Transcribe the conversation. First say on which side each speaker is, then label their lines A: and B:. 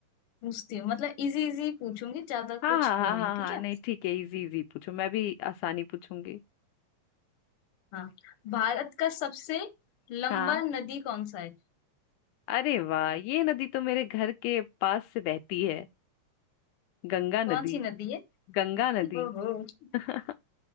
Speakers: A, on the left; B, on the left.
A: पूछती हूँ मतलब इजी इजी पूछूंगी ज्यादा
B: हाँ
A: कुछ
B: हाँ हाँ
A: वो नहीं
B: हाँ
A: ठीक
B: हाँ
A: है
B: नहीं ठीक है इजी इजी पूछो मैं भी आसानी पूछूंगी
A: हाँ भारत का सबसे लंबा
B: हाँ
A: नदी कौन सा है
B: अरे वाह ये नदी तो मेरे घर के पास से बहती है गंगा नदी
A: कौन सी नदी है
B: गंगा नदी
A: ओहो
B: <laughs>